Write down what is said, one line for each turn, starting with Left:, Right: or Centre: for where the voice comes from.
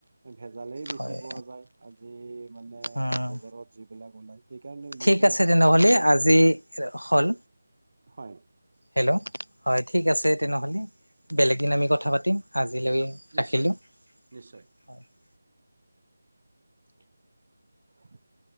Right: ভেজালেই বেছি
Left: হয়
Right: পোৱা যায় আজি মানে
Left: উম
Right: বজাৰত যি বিলাক ওলাই। সেইকাৰণে
Left: ঠিক
Right: নিজে
Left: আছে তেনেহ'লে
Right: অলপ
Left: আজি হ'ল।
Right: হয়
Left: হেল্ল' হয় ঠিক আছে তেনেহ'লে বেলেগদিন আমি কথা পাতিম আজিলৈ
Right: নিশ্চয়
Left: ৰাখিলোঁ।
Right: নিশ্চয়।
Left: হয়
Right: হ।